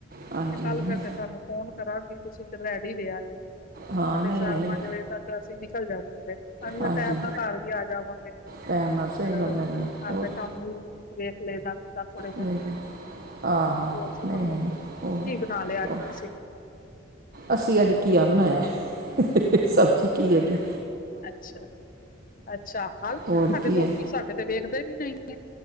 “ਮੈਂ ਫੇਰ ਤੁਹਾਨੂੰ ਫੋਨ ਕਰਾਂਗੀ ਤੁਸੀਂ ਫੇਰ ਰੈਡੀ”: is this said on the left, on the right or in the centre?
Left